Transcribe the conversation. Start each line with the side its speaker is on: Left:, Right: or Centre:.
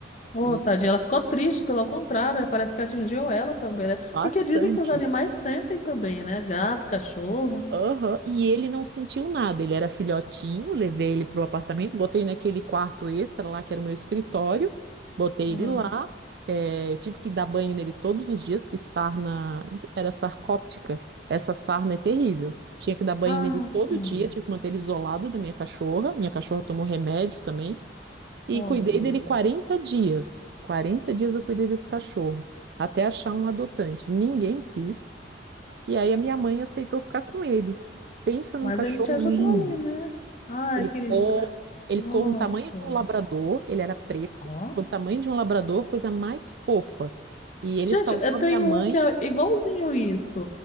Left: Ô,
Right: E
Left: tadinha, ela ficou triste, pelo contrário, né? Parece que atingiu ela também, né?
Right: bastante.
Left: Porque dizem que os animais sentem também, né? Gato, cachorro.
Right: Aham, E ele não sentiu nada. Ele era filhotinho, levei ele pro apartamento, botei naquele quarto extra lá, que era o meu escritório, botei
Left: Aham.
Right: ele lá. eh, tive que dar banho nele todos os dias, porque sarna, não sei, era sarcóptica. Essa sarna é terrível. Tinha que dar banho
Left: Ah,
Right: nele
Left: sim.
Right: todo dia, tive que manter ele isolado da minha cachorra. Minha cachorra tomou remédio também. E
Left: Oh,
Right: cuidei
Left: meu Deus.
Right: dele 40 dias. 40 dias eu cuidei desse cachorro, até achar um adotante. Ninguém quis. E aí a minha mãe aceitou ficar com ele. Pensa num
Left: Mas
Right: cachorro
Left: ele te ajudou
Right: lindo.
Left: ali, né? Ai,
Right: Ele
Left: que
Right: ficou,
Left: lindo.
Right: ele
Left: Nossa.
Right: ficou com o tamanho de um labrador, ele era preto,
Left: Ó.
Right: com o tamanho de um labrador, coisa mais fofa. E ele
Left: Gente,
Right: salvou
Left: eu tenho
Right: a minha mãe.
Left: um que é igualzinho isso.